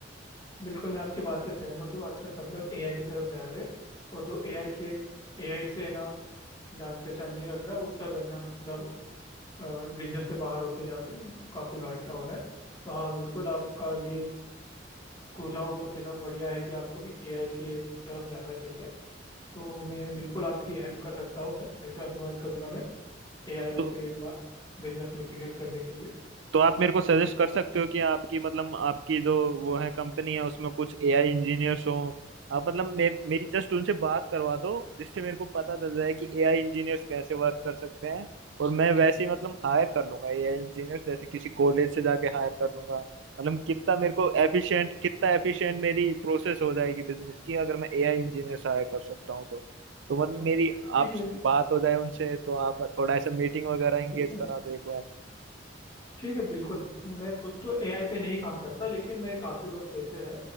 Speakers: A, on the left; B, on the right.
A: बिल्कुल मैं आपकी बात से सहमत हूँ आजकल सब लोग एआई की तरफ जा रहे हैं और जो एआई के एआई से है ना जान पहचान नहीं रख रहा वो सब है ना मतलब बिजनेस से बाहर होते जा रहे हैं काफी घाटा हो रहा है तो हाँ बिल्कुल आपका ये सुझाव बहुत है ना बढ़िया है कि आपको भी एआई के तरफ जाना चाहिए तो मैं बिल्कुल आपकी हेल्प कर सकता हूँ मैं बिल्कुल आपकी मदद करूंगा मैं एआई आपके
B: तो
A: बिजनेस में इंटीग्रेट करने के लिए
B: तो आप मेरे को सजेस्ट कर सकते हो कि आपकी मतलब आपकी जो वो है कंपनी है उसमें कुछ एआई इंजीनियर्स हो आप मतलब मेर, मेरी जस्ट उनसे बात करवा दो जिससे मेरे को पता चल जाए कि एआई इंजीनियर्स कैसे वर्क कर सकते हैं और मैं वैसे ही मतलब हायर कर लूंगा एआई इंजीनियर्स जैसे किसी कॉलेज से जाके हायर कर लूंगा मतलब कितना मेरे को एफिशिएंट कितना एफिशिएंट मेरी प्रोसेस हो जाएगी बिजनेस की अगर मैं एआई इंजीनियर्स हायर कर सकता हूँ तो तो
A: अच्छा
B: मतलब मेरी
A: ठीक
B: आप
A: है
B: बात हो जाए उनसे तो आप थोड़ा ऐसा मीटिंग वगैरह एंगेज
A: ठीक है
B: करा दो एक बार
A: ठीक है बिल्कुल मैं खुद तो एआई पे नहीं काम करता लेकिन मेरे काफ़ी दोस्त ऐसे हैं